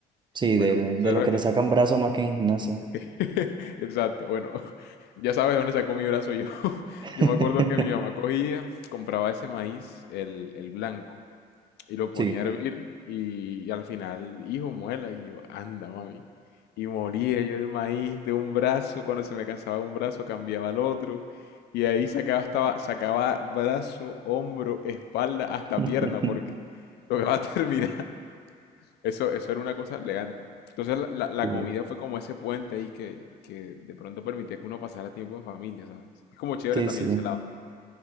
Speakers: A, on the right (about 25°); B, on the left (about 75°).
A: Sí,
B: Bueno,
A: de, de, de
B: cero-
A: lo que
B: eh,
A: te sacan brazos más que en gimnasio.
B: <laughs> exacto. Bueno, <laughs> ya sabes de dónde sacó mi brazo yo. <laughs>
A: <laughs>
B: Yo me acuerdo que mi mamá cogía, compraba ese maíz, el, el blanco, y lo ponía
A: Sí.
B: a hervir y, al final, hijo, muela. Y yo, anda, mami. Y molía yo el maíz de un brazo, cuando se me cansaba un brazo cambiaba al otro. Y ahí sacaba, estaba, sacaba brazo, hombro, espalda, hasta
A: <laughs>
B: pierna, porque tocaba <laughs> terminar. Eso, eso era una cosa elegante. Entonces la, la- la
A: Sí,
B: comida fue como ese puente ahí que, que de pronto permitía que uno pasara tiempo en familia, ¿sabes? Es como chévere
A: sí.
B: también
A: sí.
B: ese lado.